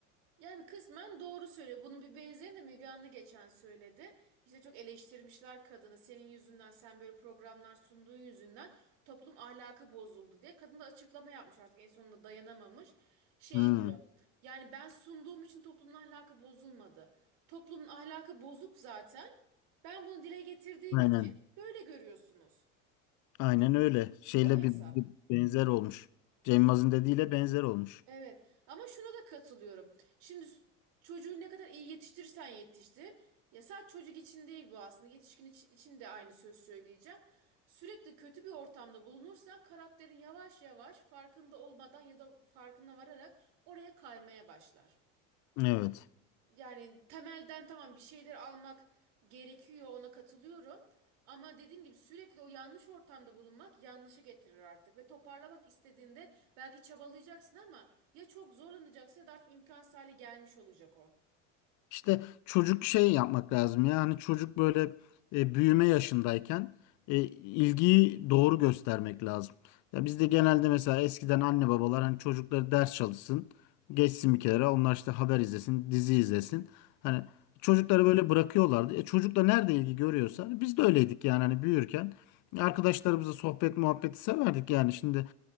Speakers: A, on the right; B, on the left.
A: Yani kısmen doğru söylüyor. Bunun bir benzerini de Müge Anlı geçen söyledi. İşte çok eleştirmişler kadını. Senin yüzünden, sen böyle programlar sunduğun yüzünden toplum ahlakı bozuldu diye. Kadın da açıklama yapmış artık en sonunda dayanamamış. Şey
B: Hmm,
A: diyor. Yani ben sunduğum için toplumun ahlakı bozulmadı. Toplumun ahlakı bozuk zaten. Ben bunu dile getirdiğim
B: aynen.
A: için böyle görüyorsunuz.
B: Aynen öyle. Şeyle
A: O hesap.
B: bir, bir benzer olmuş. Cem Yılmaz'ın dediğiyle benzer olmuş.
A: Evet ama şuna da katılıyorum. Şimdi çocuğu ne kadar iyi yetiştirirsen yetiştir. Ya sadece çocuk için değil bu aslında. Yetişkin için, için de aynı söz söyleyeceğim. Sürekli kötü bir ortamda bulunursan karakterin yavaş yavaş farkında olmadan ya da farkına vararak oraya kaymaya başlar.
B: Evet.
A: Yani temelden tamam bir şeyler almak gerekiyor ona katılıyorum. Ama dediğim gibi sürekli o yanlış ortamda bulunmak yanlışı getirir artık. Ve toparlamak istediğinde belki çabalayacaksın ama ya çok zorlanacaksın ya da artık imkansız hale gelmiş olacak o.
B: İşte çocuk şey yapmak lazım ya hani çocuk böyle e, büyüme yaşındayken e, ilgiyi doğru göstermek lazım. Ya bizde genelde mesela eskiden anne babalar hani çocukları ders çalışsın, geçsin bir kenara, onlar işte haber izlesin, dizi izlesin. Hani çocukları böyle bırakıyorlardı. E, çocuk da nerede ilgi görüyorsa hani biz de öyleydik yani hani büyürken arkadaşlarımızla sohbet muhabbeti severdik yani şimdi